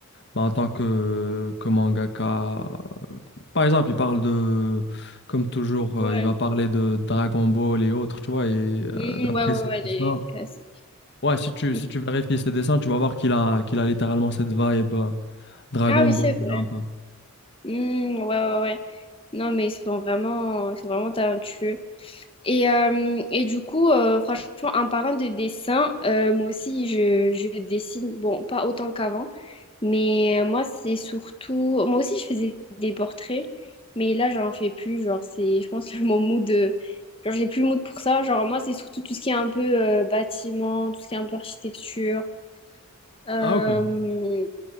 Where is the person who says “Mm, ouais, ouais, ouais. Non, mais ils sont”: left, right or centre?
Left